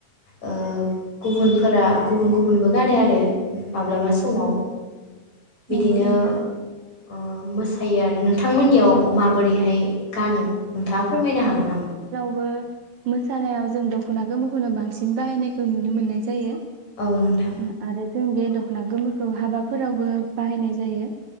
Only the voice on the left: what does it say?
ओ गुबुनफोरा गुबुन गुबुनबो गानो आरो माब्लाबा समाव। बिदिनो
ओ मोसा खायो आरो नोंथांमोननियाव माबोरैहाय गानो? नोंथाङा फोरमायनो हागोन नामा?
औ नोंथां